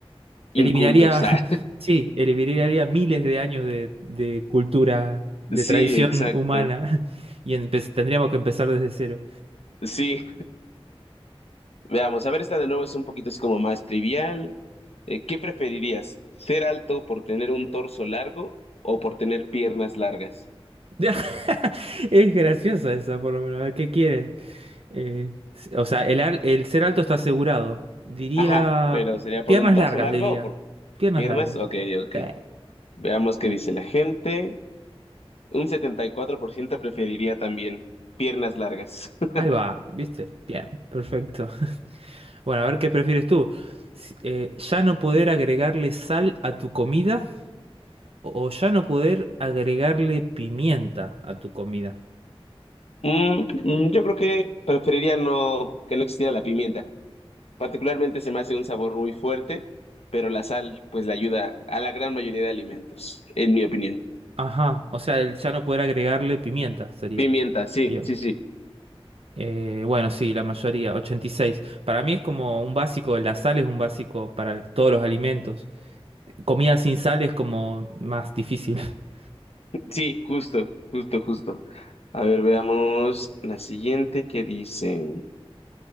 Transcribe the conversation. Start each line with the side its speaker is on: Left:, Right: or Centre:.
Right: Eliminaría,
Left: incultos.
Right: <laughs>
Left: <laughs> ah.
Right: sí, eliminaría miles de años de, de cultura, de
Left: Sí,
Right: tradición
Left: exacto.
Right: humana, <laughs> y empe- tendríamos que empezar desde cero.
Left: Sí, veamos, a ver, esta de nuevo es un poquito así como más trivial. Eh, ¿qué preferirías? ¿Ser alto por tener un torso largo o por tener piernas largas?
Right: <laughs> Es graciosa esa, por lo menos. A ver, ¿qué quieres? Eh, o sea, el, al- el ser alto está asegurado. Diría,
Left: Ajá, pero ¿sería por
Right: piernas
Left: un torso
Right: largas,
Left: largo
Right: diría.
Left: o por
Right: Piernas
Left: piernas?
Right: largas.
Left: Ok, ok.
Right: Sí,
Left: Veamos qué dice la gente. Un 74% preferiría también piernas largas. <laughs>
Right: ahí va, ¿viste? Bien, perfecto. Bueno, a ver qué prefieres tú. Si- eh, ¿ya no poder agregarle sal a tu comida o ya no poder agregarle pimienta a tu comida?
Left: Mm, mm, yo creo que preferiría no, que no existiera la pimienta. Particularmente se me hace un sabor muy fuerte, pero la sal pues le ayuda a la gran mayoría de alimentos, en mi opinión.
Right: Ajá, o sea, el ya no poder agregarle pimienta sería.
Left: Pimienta, sí,
Right: Bien.
Left: sí, sí.
Right: Eh, bueno, sí, la mayoría, 86. Para mí es como un básico, la sal es un básico para el- todos los alimentos. Comida sin sal es como más difícil. <laughs>
Left: <laughs> Sí, justo, justo, justo. A ver, veamos la siguiente que dice.